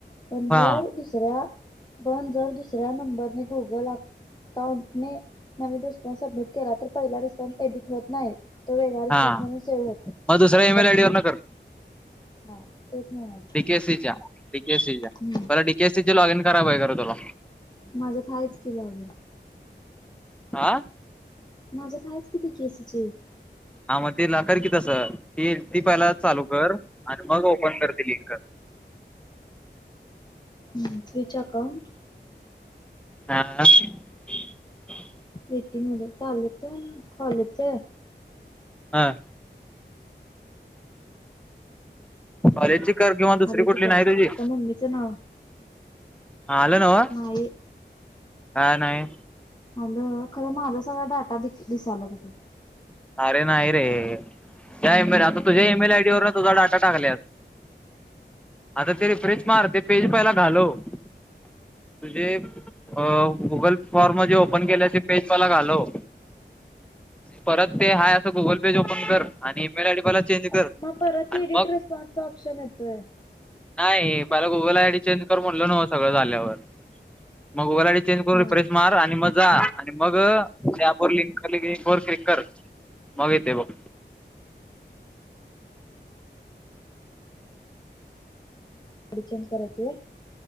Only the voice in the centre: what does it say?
हा
हां
मग दुसऱ्या इमेल
आयडी वर न कर
डीकेसीच्या डीकेसीच्या
डीके! लॉग इन करायला पाहिज खर तुला!
आ
हां मग त्याला कर की तसं! ती ती पहिला चालू कर. आणि मग ओपन करतील लिंक -
हां <unintelligible>
हां कॉलेजची कर किंवा दुसरी
कुठली
नाही तुझी?
हा हॅलो नाव
काय नाही
अरे नाही रे त्या इमेल आता तुझ्या इईमेल आयडी वर तुझा डाटा टाकल्यास आता ते रिफ्रेश मार ते पेज पहिला घालो तुझे गुगल फॉर्म म ओपन केले ते पेज पला घालव परत ते आहेय असं गुगल पे ओपन कर आणि ईमेल आयडी मला चेंज कर
आणि
मग
नाही मला गुगल आय डी चेंज कर म्हटलं नव सगळं झाल्यावर मग गुगल आय चेंज
करून रिप्रेस
मार आणि मग जा आणि मग त्यापर लिंकंक वर क्लिक कर मग येते बघ